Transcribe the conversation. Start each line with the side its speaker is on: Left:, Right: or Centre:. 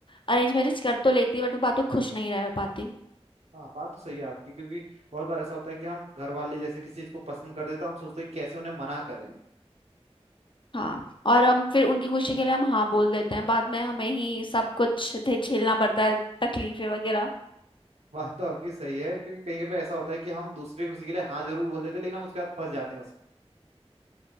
Left: अरेंज मैरिज कर तो लेती है बट वो बातों खुश नहीं रह पाती
Right: हाँ बात तो सही है आपकी क्योंकि बहुत बार ऐसा होता है कि हम घर वाले जैसे किसी चीज को पसंद कर देते हैं हम सोचते हैं कि कैसे उन्हें मना करें
Left: हाँ और हम फिर उनकी खुशी के लिए हम हाँ बोल देते हैं बाद में हमें ही सब कुछ झे- झेलना पड़ता है तकलीफें वगैरह
Right: बात तो आपकी सही है क्योंकि कहीं कभी ऐसा होता है कि हम दूसरी खुशी के लिए हाँ जरूर बोल देते हैं लेकिन हम उसके बाद फंस जाते हैं उसमें